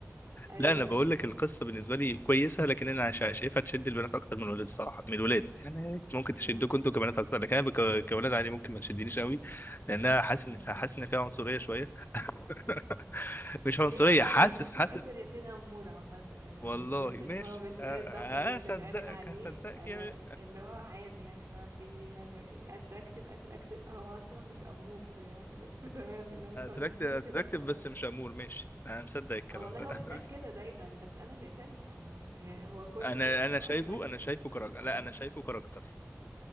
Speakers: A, on the right; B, on the left.
A: ايوه
B: لا انا بقول
A: إيه،
B: لك القصه بالنسبه لي كويسه لكن انا شا- شايفها تشد البنات اكتر من الولاد الصراحه من الولاد يعني ممكن تشدكم
A: أمم،
B: انتوا كبنات اكتر لكن انا بك- كولاد عادي ممكن ما تشدنيش قوي لانها حاسس
A: ايوه
B: ان حاسس ان فيها عنصريه شويه <laughs> مش عنصريه
A: ليه والله
B: حاسس
A: انا مش بشوف
B: حاسس
A: اسر ياسين امور عامه يعني
B: والله
A: م- مش اللي
B: ماشي
A: هو مش زي
B: أ-
A: الضجه اللي بتتعمل
B: هصدقك
A: عليه
B: هصدقك
A: انا
B: يا
A: اللي هو عادي يعني يا جماعه في ايه يعني اتراكتيف اتراكتيف هو اصلا مش امور يعني بس <laughs> تمام لو انتوا
B: اتراكتف
A: عايزين تشوفوا
B: اتراكتف
A: كده خلاص
B: بس مش امور ماشي انا مصدق الكلام
A: أه والله
B: ده <laughs>
A: هو بيتقال كده دايما بس انا شايفاه مش امور يعني هو كله
B: انا
A: شايف ان
B: انا
A: هو
B: شايفه
A: اتراكتيف
B: انا
A: بس
B: شايفه
A: انا
B: كراجل
A: مش شايفاه
B: لا انا شايفه كاركتر